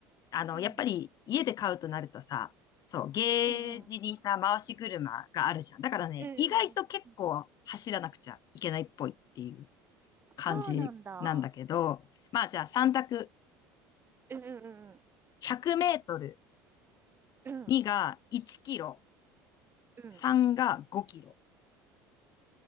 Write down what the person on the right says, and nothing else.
うん
うんうんうん
うんうんうん。
そうなんだ。
うんうん
うんうん。
うんう